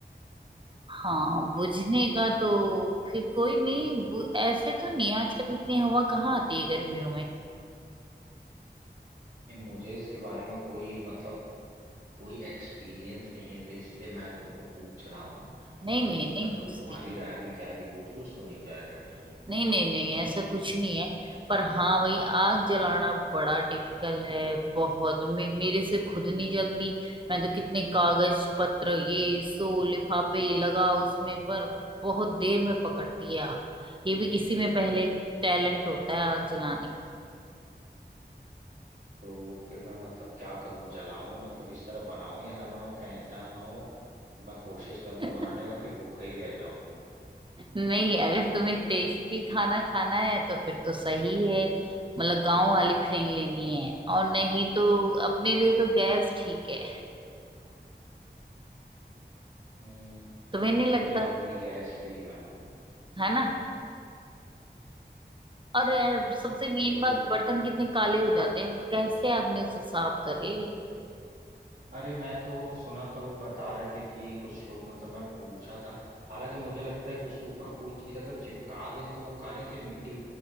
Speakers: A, on the right; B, on the right.
A: हाँ बुझने का तो फिर कोई नहीं बु- ऐसे तो नहीं आजकल इतनी हवा कहाँ आती है गर्मियों में
B: नहीं, मुझे इसके बारे में कोई मतलब कोई एक्सपीरियंस नहीं है तो इसलिए मैं तुमको पूछ रहा हूँ
A: नहीं नहीं
B: कि
A: नहीं
B: मतलब
A: बुझती
B: तुम्हारी राय में क्या है कि बुझ बुझ तो नहीं जाएगा कहीं
A: नहीं नहीं नहीं ऐसा कुछ नहीं है पर हाँ भाई आग जलाना बड़ा डिफिकल्ट है बहुत मे, मेरे से खुद नहीं जलती मैं तो कितने कागज पत्र ये सो लिफाफे लगा उसमें पर बहुत देर में पकड़ती है आग ये भी किसी में पहले टैलेंट होता है आग जलाने का
B: तो फिर मैं मतलब क्या करूं जलाऊं मतलब इस तरह बनाऊं या ना बनाऊं क्या ऐसा ना हो कि मैं कोशिश कर
A: <laughs>
B: दूं बनाने का फिर भूखे ही रह जाऊं
A: नहीं अगर तुम्हें टेस्टी खाना खाना है तो फिर तो सही है मतलब गांव वाली फीलिंग लेनी है और नहीं तो अपने लिए तो गैस ठीक है
B: हम्म, मतलब
A: तुम्हें नहीं
B: तुम
A: लगता
B: कह रही हो कि गैस पे ही बनाओ
A: है ना और यार सबसे
B: अब
A: मेन
B: देखो
A: बात
B: मु-
A: बर्तन कितने काले हो जाते हैं कैसे आदमी उसे साफ करे
B: अरे मैं तो सुना था वो बता रहे थे कि कुछ लोग मतलब मैं पूछा था हालांकि मुझे लगता है कि उसके ऊपर कोई चीज अगर चिपका दें तो वो काले से मिट्टी